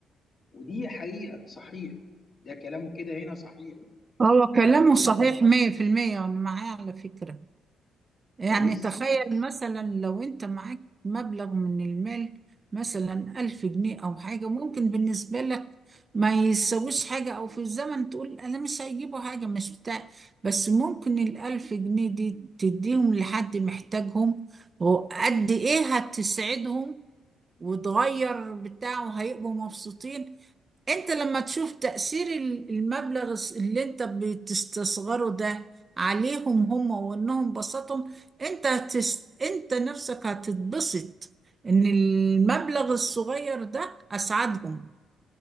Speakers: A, on the left; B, on the right.
A: ودي حقيقه صحيح ده كلامه كده هنا صحيح
B: هو كلامه
A: لما بيبقى
B: صحيح مية في المية وانا معاه على فكرة يعني
A: كويس
B: تخيل مثلا لو انت معاك مبلغ من المال مثلا ألف جنيه أو حاجة ممكن بالنسبة لك ما يسويش حاجة أو في الزمن تقول أنا مش هيجيبوا حاجة مش بتاع بس ممكن الألف جنيه دي تديهم لحد محتاجهم وقد إيه هتسعدهم وتغير بتاع وهيبقوا مبسوطين انت لما تشوف تأثير ال- المبلغ الس- اللي انت بتستصغره ده عليهم هم وانهم بسطهم انت هتس... انت نفسك هتتبسط ان المبلغ الصغير ده اسعدهم